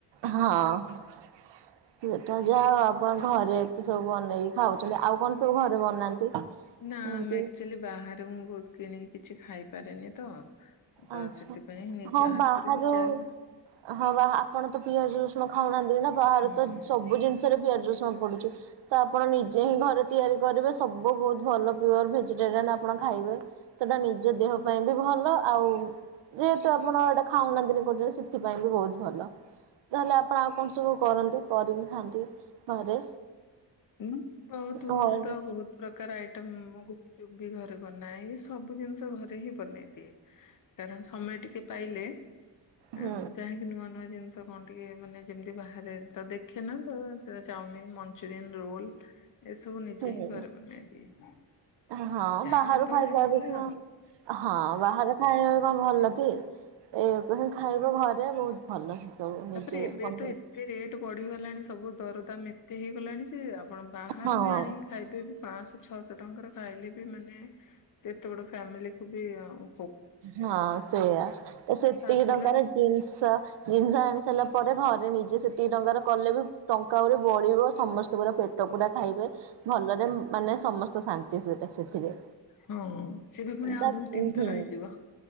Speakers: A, on the right; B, on the left.
A: ହଁ। ସେ ଯାହା ଆପଣ ଘରେ ଏତେ ସବୁ ବନେଇକି ଖାଉଛନ୍ତି ଆଉ କଣ ସବୁ ଘରେ ବନାନ୍ତି।
B: ନା
A: ଏମତି
B: ଆମେ ଆଚୁଆଲି ବାହାରେ ମୁଁ ବହୁତ କିଣିକି କିଛି ଖାଇପାରେନି ତ ତ
A: ଆଚ୍ଛା
B: ସେଥିପାଇଁ ନିଜ
A: ହଁ
B: ହାତରୁ
A: ବାହାରୁ
B: ବି ଯାହାବି
A: ହଁ ବା ଆପଣ ତ ପିଆଜ ରୋସୁଣ ଖାଉନାହାନ୍ତି ନା ବାହାରୁ
B: ହୁଁ
A: ତ ସବୁ ଜିନିଷରେ ପିଆଜ ରସୁଣ ପଡୁଛି। ତ ଆପଣ
B: ହଉ।
A: ନିଜେ ହିଁ ଘରେ ତିଆରି କରିବେ ସବୁ ବହୁତ ଭଲ ପିଓର ଭେଜିଟେରିଆନ ଆପଣ ଖାଇବେ। ସେଟା ନିଜ ଦେହ ପାଇଁ ବି ଭଲ ଆଉ ଯେହେତୁ ଆପଣ ଏଇଟା ଖାଉନାହାନ୍ତିନ କରୁଛନ୍ତି ସେଥିପାଇଁ ବି ବହୁତ ଭଲ। ତାହେଲେ ଆପଣ ଆଉ କଣ ସବୁ କରନ୍ତି କରିକି ଖାଆନ୍ତି ଘରେ
B: ହୁଁ ବହୁତ
A: ଘରେ
B: ବଷୁ ତ ବହୁତ ପ୍ରକାର ଆଇଟମ୍ ଗୁପଚୁପ୍ ବି ଘରେ ବନାଏ ଏଇ ସବୁ ଜିନିଷ ଘରେ ହିଁ ବନେଇ ଦିଏ। କାରଣ ସମୟ ଟିକେ ପାଇଲେ
A: ହୁଁ
B: ମୁଁ ଚାହିଁକି ନୂଆ ନୂଆ ଜିନିଷ କଣ ଟିକେ ମାନେ ଯେମିତି ବାହାରେ ତ ଦେଖେ ନା ତ ଚାଉମିିନ ମଞ୍ଚୁରିଆନ ରୋଲ। ଏସବୁ ନିଜେ
A: ହୁଁ।
B: ହିଁ ଘରେ ବନେଇ ଦିଏ।
A: ହଁ
B: ଯାହା
A: ବାହାରୁ
B: ଯେତେବେଳେ
A: ଖାଇବା
B: ଆସିଲା
A: ବି କଣ
B: ଆଉ।
A: ହଁ ବାହାରେ ଖାଇବା କଣ ଭଲ କି? ଏ କ ଖାଇବ ଘରେ ବହୁତ ଭଲ ସେ ସବୁ ନିଜେ
B: ତାପରେ ଏବେ
A: ବନେଇ
B: ତ ଏତେ ରେଟ୍ ବଢିଗଲାଣି ସବୁ ଦରଦାମ ଏତେ ହେଇଗଲାଣି ଯେ ଆପଣ ବାହାରୁ
A: ହଁ
B: ବି ଆଣି ଖାଇବେ ବି ପାଞ୍ଚଶହ ଛଅଶହ ଟଙ୍କାର ଖାଇଲେ ବି ମାନେ ସେତେ ବଡ ଫ୍ୟାମିଲିକୁୁ ବି ଆଉ।
A: ହଁ ସେଇୟା ତ
B: ସେଟା
A: ସେତିକି
B: ତାଠୁ
A: ଟଙ୍କାର
B: ଭଲ
A: ଜିନ୍ସ ଜିନିଷ ଆଣି ସାରିଲା ପରେ ଘରେ ନିଜେ ସେତିକି ଟଙ୍କାର କଲେ ବି ଟଙ୍କା ବଳିବ ସମସ୍ତଙ୍କର ପେଟ ପୁରା ଖାଇବେ ଭଲରେ ମାନେ ସମସ୍ତେ ଶାନ୍ତି ସେଟା ସେଥିରେ
B: ହଁ ସେ ବି ପୁଣି
A: ତା
B: ଆଉ ଦୁଇ
A: ହୁଁ
B: ତିନି ଥର ହେଇଯିବ।